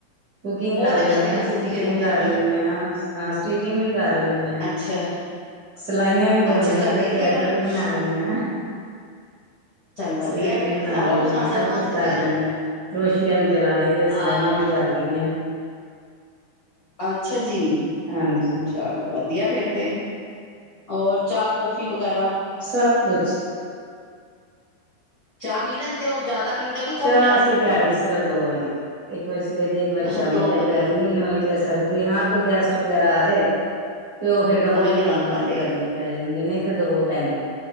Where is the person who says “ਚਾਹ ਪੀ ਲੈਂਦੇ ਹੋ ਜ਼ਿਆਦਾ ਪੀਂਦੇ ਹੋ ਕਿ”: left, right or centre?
Left